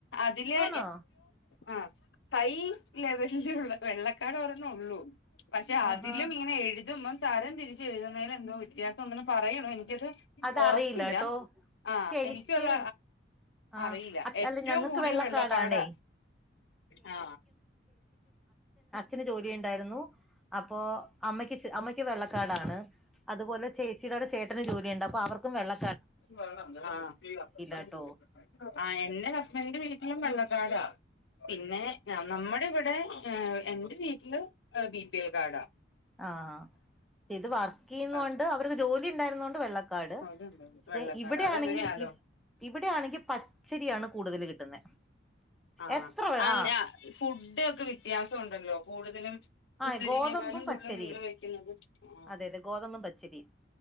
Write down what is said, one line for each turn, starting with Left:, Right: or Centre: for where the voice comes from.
Left: അതില്
Centre: ആണോ
Left: ആ ഹൈ ലെവലിലുള്ള വെള്ളകാർഡ് ഒരണ്ണേയുള്ളൂ പക്ഷെ
Centre: ആഹാ
Left: അതിലും ഇങ്ങനെ എഴുതുമ്പോ തരം തിരിച്ച് എഴുതുന്നതിൽ എന്തോ വ്യത്യാസം ഉണ്ടെന്ന് പറയുന്നു ഇനി <unintelligible>
Centre: അതറിയില്ല
Left: ഉറപ്പില്ല
Centre: കേട്ടോ പക്ഷെ
Left: ആ
Centre: എനിക്ക്
Left: എനിക്കും അത്
Centre: ആ
Left: അറിയില്ല
Centre: അ-
Left: ഏറ്റവും
Centre: അല്ല ഞങ്ങക്ക്
Left: കൂടിയത്
Centre: വെള്ളക്കാർഡാണേ
Left: വെള്ളകാർഡ് ആ
Centre: ക്ക് ജോലിയുണ്ടായിരുന്നു അപ്പോ അമ്മയ്ക്ക്ംഅമ്മയ്ക്ക് വെള്ളകാർഡാണ് അതുപോലെ ചേച്ചിയുടോടെ ചേട്ടന് ജോലി ണ്ട് അപ്പൊ അവർക്കും വെള്ള
Left: <unintelligible>
Centre: കേട്ടോ
Left: ആ എൻ്റെ ഹസ്ബൻഡിൻ്റെ വീ ട്ടിലും വെള്ളക്കാർഡാ പിന്നെ നമ്മുടെ ഇവിടെ എന്റെ വീട്ടില് ബി പി എൽ കാർഡാ
Centre: ആഹ് ഇത് വർക്ക് ചെയ്യുന്നതുകൊണ്ട്
Left: ആഹ്
Centre: അവർക്ക് ജോലി ഉണ്ടായിരുന്നതുകൊണ്ട് വെള്ളകാർഡ്
Left: അതുണ്ട് വെള്ളക്കാട്
Centre: ഇവിടെയാണെങ്കിൽ
Left: അതങ്ങനെയാലോ
Centre: ഇവിടെയാണെങ്കിൽ പച്ചരിയാണ് കൂടുതൽ കിട്ടുന്നത്
Left: ആഹ്
Centre: എത്ര വേ
Left: ആഹ്
Centre: ആ
Left: ഫുഡ് ഒക്കെ വ്യത്യാസമുണ്ടല്ലോ കൂടുതലും പുത്തരിനേക്കാളും
Centre: ആഹ് ഗോതമ്പും
Left: കൂടുതൽ
Centre: പച്ചരിയും
Left: നിങ്ങൾ വെക്കുന്നത് ആ
Centre: അതെ അതെ ഗോതമ്പും പച്ചരിയും